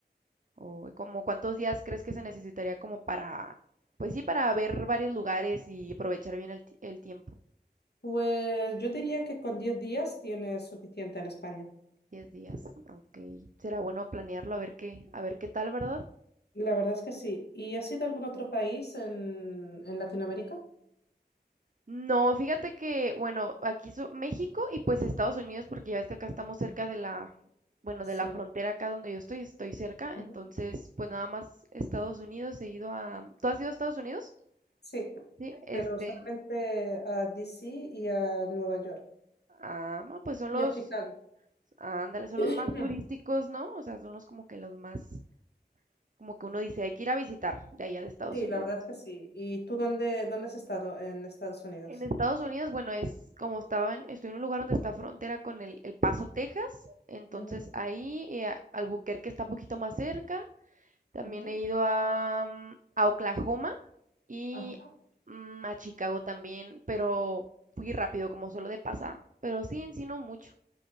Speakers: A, on the right (about 50°); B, on the left (about 70°).
A: ¿O como cuántos días crees que se necesitaría como para, pues sí, para ver varios lugares y aprovechar bien el, ti- el tiempo?
B: Pues yo diría que con 10 días tienes suficiente en España.
A: Diez días, ok. Será bueno planearlo a ver qué, a ver qué tal, ¿verdad?
B: La verdad es que sí. ¿Y has ido a algún otro país en, en Latinoamérica?
A: No, fíjate que, bueno, aquí so- México y pues Estados Unidos, porque ya ves que acá estamos cerca de la, bueno,
B: Sí.
A: de la frontera acá donde yo estoy, estoy cerca,
B: Ujú.
A: entonces pues nada más Estados Unidos, he ido a... ¿Tú has ido a Estados Unidos?
B: Sí,
A: Sí, este,
B: pero solamente a DC y a Nueva York.
A: ah, bueno, pues son
B: Y
A: los,
B: a Chicago.
A: Ándale, son
B: <clears throat>
A: los más turísticos, ¿no? O sea, son los como que los más, como que uno dice, hay que ir a visitar de allá de Estados
B: Sí,
A: Unidos.
B: la verdad es que sí. ¿Y tú dónde, dónde has estado en Estados Unidos?
A: En Estados Unidos, bueno, es como estaba en, estoy en un lugar donde está frontera con el, el Paso, Texas, entonces
B: Ujú,
A: ahí eh, a- Albuquerque está poquito más cerca. También
B: ujú.
A: he ido a, mm, a Oklahoma y
B: Ajá.
A: mm, a Chicago también, pero fui rápido, como solo de pasada. Pero sí, en sí no mucho.